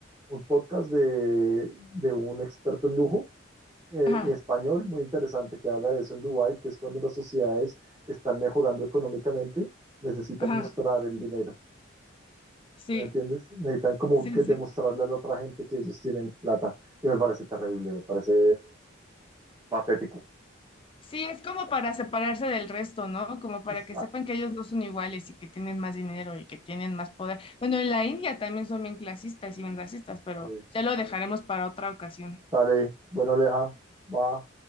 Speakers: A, on the right; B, on the left.
A: un podcast de, de un experto en lujo eh,
B: Ajá,
A: en español muy interesante que habla de eso en Dubái, que es cuando las sociedades están mejorando económicamente, necesitan
B: ajá,
A: mostrar el dinero,
B: sí,
A: ¿Sí ¿me entiendes? Necesitan como
B: sí,
A: que
B: sí.
A: demostrarle a la otra gente que ellos tienen plata, que me parece terrible, me parece patético.
B: Sí, es como para separarse del resto, ¿no? Como para
A: Es-
B: que
A: Vale,
B: sepan que ellos no son iguales y que tienen más dinero y que tienen más poder. Bueno, en la India también son bien clasistas y bien racistas, pero
A: eh,
B: ya lo dejaremos para otra ocasión.
A: Dale, bueno, Aleja, va.